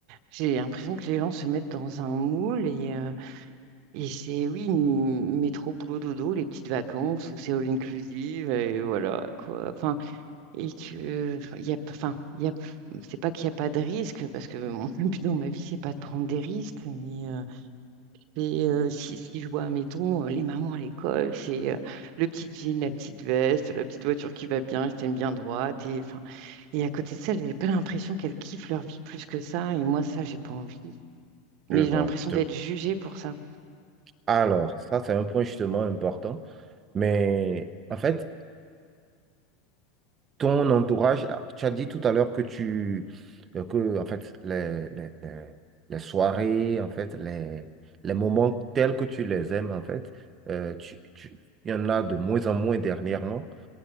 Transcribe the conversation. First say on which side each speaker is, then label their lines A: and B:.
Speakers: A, on the right (about 50°); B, on the right (about 30°).
A: j'ai l'impression que les gens se mettent dans un moule et. euh, Et c'est, oui, m- métro, boulot, dodo, les petites vacances où c'est all inclusive, et voilà, quoi. Enfin, et que, enfin, il y a, enfin, il y a, c'est pas qu'il n'y a pas de risque, parce que mon <laughs> but dans ma vie, c'est pas de prendre des risques, mais euh, c'est, euh, si, si je vois, mettons, euh, les mamans à l'école, c'est euh, le petit jean, la petite veste, la petite voiture qui va bien, elle se tienne bien droite, et enfin, et à côté de ça, j'avais pas l'impression qu'elles kiffent leur vie plus que ça, et moi, ça, j'ai pas envie. Mais
B: Je vois,
A: j'ai l'impression
B: je te...
A: d'être jugée pour ça.
B: Alors, ça, c'est un point justement important, mais en fait, ton entourage, là, tu as dit tout à l'heure que tu, euh, que, en fait, les, les, les- les soirées, en fait, les, les moments tels que tu les aimes, en fait, euh, tu, tu- il y en a de moins en moins dernièrement.